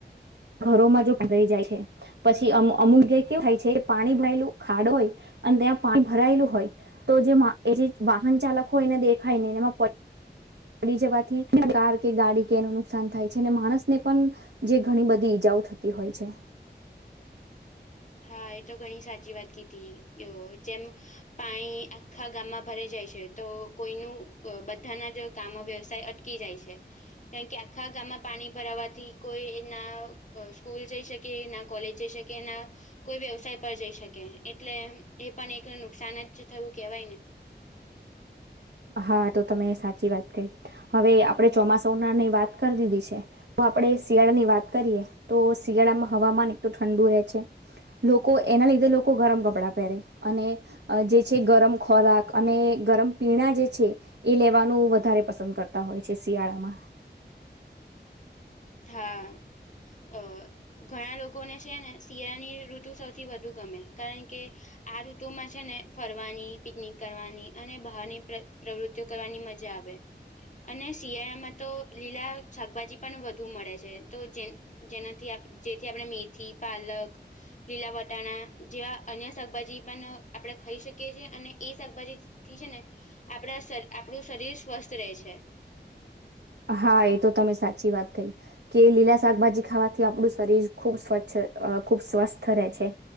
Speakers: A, on the right; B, on the left.
A: ઘરોમાં જો <inaudible> જાય છે પછી અમુક <inaudible> એ કેવું થાય છે પાણી ભરાયેલું ખાડો હોય અને ત્યાં પાણી ભરાયેલું હોય તો જે વા, એ જે
B: હા
A: વાહન ચાલકો હોય એને દેખાય નય એમાં પ પડી જવાથી કાર કે, ગાડી કે એનું નુકસાન થાય છે, અને માણસ ને પણ જે ઘણી બધ ધી ઈજાઓ થતી હોય છે.
B: હા એ તો ઘણી સાચી વાત કીધી, અ જેમ પાણી, આખા ગામમાં ભરે જાય છે, તો કોઈનું બધાના જ કામ વ્યવસાય અટકી જાય છે. કારણ કે આખા ગામમાં પાણી ભરાવાથી, કોઈ ના અ સ્કૂલ જઈ શકે, ના કોલેજ જઈ શક કેના કોઈ વ્યવસાય પર જઈ શકે, એટલે એ પણ એક નુકસાન જ થયું કેહેવાય ને.
A: હા, તો તમે સાચી વાત કહી, હવે આપડે ચોમાસાઓ નાની વાત કર દીધી છે. તો આપડે શિયાળાની વાત કરીએ, તો શિયાળામાં હવામાન એક તો ઠંડુ રહે છે. લોકો, એના લીધે લોકો ગરમ કપડાં પહેરે, અને અ જે છે ગરમ ખોરાક, અને ગરમ પીણા જે છે, એ લેવાનું વધારે પસંદ કરતા હોય છે શિયાળામાં.
B: હા, અ ઘણા લોકોને છે ને, શિયાળાની ઋતુ સૌથી વધુ ગમે, કારણ કે આ ઋતુ માં છે ને, ફરવાની, પિકનિક કરવાની, અને બહારની પ્ર પ્રવૃત્તિઓ કરવાની મજા આવે. અને શિયાળામાં તો લીલા શાકભાજી પણ વધ ધુ મળે છે, તો જે જેનાથી આપ જેથી આપણે મેથી, પાલક લીલા વટાણા, જેવા અન્ય શાકભાજી પણ આપણે ખઈ શકીએ છીએ, અને એ શાકભાજી થી છે ને, આપડા શ આપડુ શરીર સ્વસ્થ રહે છે.
A: હા એ તો તમે સાચી વાત કહી. કે લીલા શાકભાજી ખાવાથી આપણું શરીર ખૂબ સ્વચ્છ, અ ખૂબ સ્વસ્થ રહે છે.